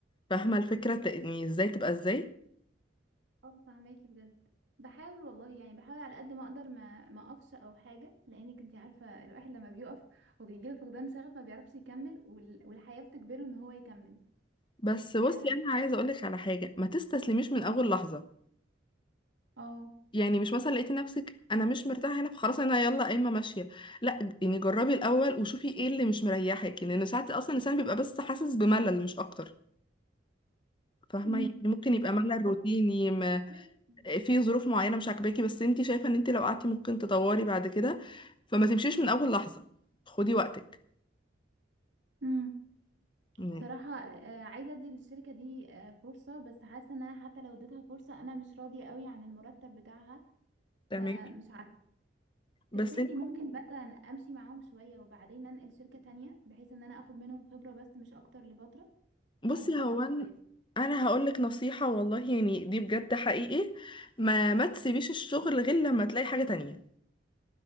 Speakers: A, on the left; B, on the right.
A: فاهمه الفكره ت- يعني ازاي تبقى ازاي
B: اه فهماكي بجد بحاول والله يعني بحاول على قد ما اقدر ما ما اقفش او حاجه لانك انت عارفه الواحد لما بيقف وبيجي له فقدان شغف ما بيعرفش يكمل وال... والحياه بتجبره ان هو يكمل
A: بس بصي
B: اه
A: انا عايزه اقولك على حاجه ما تستسلميش من اول لحظه
B: آه.
A: يعني مش مثلا لقيتي نفسك انا مش مرتاحه هنا فخلاص انا يلا قايمه ماشيه لا يعني جربي الاول وشوفي ايه اللي مش مريحك لان ساعات اصلا الانسان بيبقى بس حاسس بملل مش اكتر فاهمه
B: مم.
A: يعني ممكن يبقى ملل
B: هو
A: روتيني ما
B: عمري كتير.
A: في ظروف معينه مش عاجباكي بس انت شايفه ان انت لو قعدتي ممكن تطوري بعد كده فما تمشيش من اول لحظه خدي وقتك
B: مم.
A: مم.
B: بصراحة آه، عايزة ادي للشركة دي آه، فرصة بس حاسة ان انا حتى لو اديتها فرصة انا مش راضية قوي عن المرتب بتاعها
A: تمام
B: فمش عارفة
A: بس
B: تفتكري
A: انت
B: ممكن مثلا امشي معاهم شوية وبعدين انقل شركة تانية بحيث ان انا اخد منهم خبرة بس مش اكتر لفترة
A: بصي
B: يعني فترة
A: هو
B: صغيرة
A: أن- انا هقولك نصيحه والله يعني دي بجد حقيقي ما ما تسيبيش الشغل غير لما تلاقي حاجه تانية